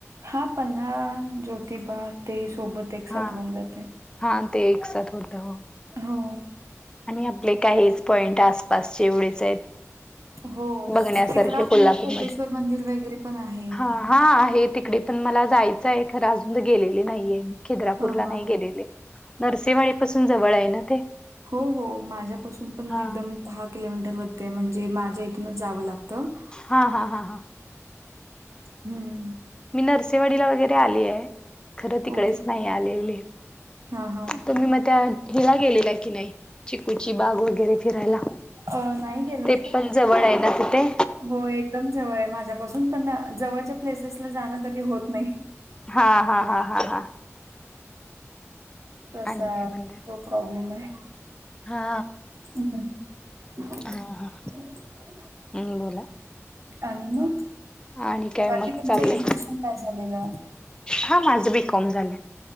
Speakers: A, on the right; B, on the left.
A: हा.. पन्हाळा ज्योतिबा ते सोबत एक
B: हा
A: साथ होऊन जाते.
B: हा, ते एकसाथ होतं हो.
A: हो.
B: आणि आपले काय हेच पॉइंट आसपासचे एवढेच आहेत.
A: हो,
B: बघण्यासारखे
A: खिद्रापूर
B: कोल्हापूरमध्ये
A: कोपेश्वर मंदिर वगैरे पण आहे.
B: हा हा आहे तिकडे पण मला जायचं आहे, खरं अजून तर गेलेले नाहीये मी. खिद्रापूरला
A: हा हा
B: नाही गेलेले. नरसिंहवाडी पासून जवळ आहे ना ते.
A: हो हो. माझ्यापासून पण
B: हां
A: एकदम. दहा किलोमीटर वरती म्हणजे, माझ्या इथूनच जावं लागतं.
B: हा हा हा हा.
A: हम्म.
B: मी नरसेवाडीला वगैरे आली ये. खरं तिकडेच
A: ओके
B: नाही आलेले,
A: हा हा
B: तुम्ही मग त्या हिला गेलेला की नाही. चिकूची बाग वगैरे फिरायला,
A: अ नाही गेलो
B: ते पण जवळ आहे ना तिथे.
A: होय. एकदम जवळ आहे माझ्यापासून पण, जवळच्या प्लेसेसला जाणं कधी होत नाही.
B: हा हा हा हा हा.
A: तसा
B: आणि काय म्हणताय?
A: तो प्रॉब्लेम ये.
B: हा.
A: <unintelligible>
B: हा हां.
A: <inaudible>
B: हम्म बोला.
A: आणि मग,
B: आणि काय
A: बाकी
B: मग
A: तुमचं
B: चाललंय?
A: एज्युकेशन काय झालेलं.
B: हा माझं बी कॉम झालं.